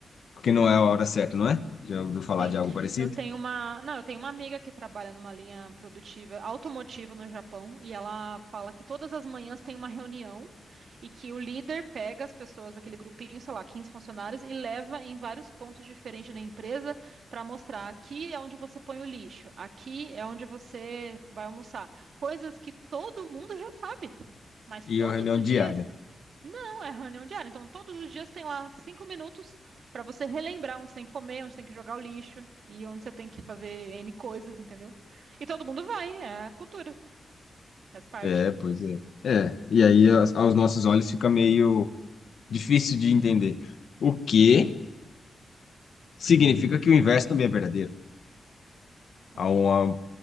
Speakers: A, on the left (about 75°); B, on the right (about 70°).
A: porque não é a hora certa, não é? Já ouviu falar
B: Sim,
A: de algo parecido?
B: eu tenho uma, não, eu tenho uma amiga que trabalha numa linha produtiva automotiva no Japão e ela fala que todas as manhãs tem uma reunião e que o líder pega as pessoas daquele grupinho, sei lá, 15 funcionários e leva em vários pontos diferentes da empresa para mostrar aqui é onde você põe o lixo, aqui é onde você vai almoçar, coisas que todo mundo já sabe, mas
A: E
B: todos
A: a reunião
B: os
A: diária.
B: dias não, é reunião diária, então todos os dias tem lá cinco minutos para você relembrar onde você tem que comer, onde você tem que jogar o lixo e onde você tem que fazer N coisas, entendeu? E todo mundo vai, é a cultura, faz parte.
A: É, pois é. É, e aí aos aos nossos olhos fica meio difícil de entender. O que significa que o inverso também é verdadeiro.
B: Como
A: Há
B: assim?
A: um,